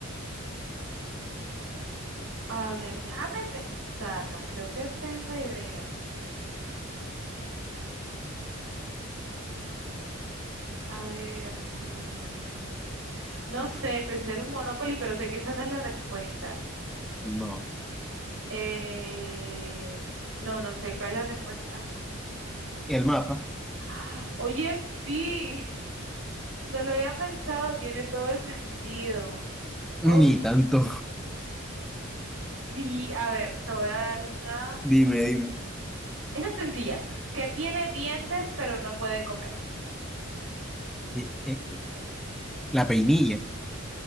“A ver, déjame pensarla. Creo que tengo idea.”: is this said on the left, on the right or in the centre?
Right